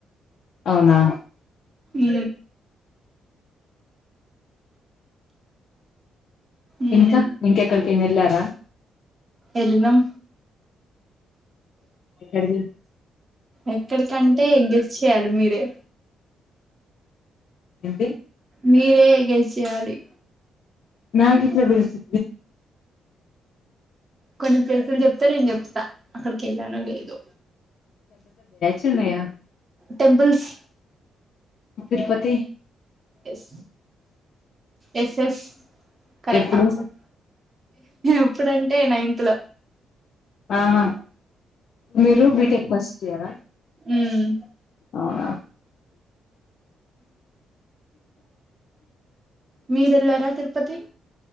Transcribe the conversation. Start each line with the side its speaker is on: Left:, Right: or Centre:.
Left: అవునా
Right: ఉ ఉమ్
Left: ఇంకా ఇంకెక్కడికైనెళ్లారా
Right: ఎల్లినం
Left: ఎక్కడికి
Right: ఎక్కడి కండి తే గెస్ చేయాలి మీరే
Left: ఏంటి
Right: మీరే గెస్ చెయాలి
Left: నా కిట్లా పిలిచి
Right: కొన్ని ప్లేసులు చెప్తా నేను చెప్తా అక్కడికి ఏళ్లానో లేదు
Left: న్నయ
Right: temples
Left: Tirupati
Right: yes yes yes correct
Left: ఎప్పుడు
Right: ఆన్సర్ ఎప్పుడంటే నైన్త్ లో
Left: ఆహా మీరు బిటెక్ ఫస్ట్ ఇయరా
Right: ఉమ్
Left: అవునా
Right: మీరెళ్ళారా తిరుపతి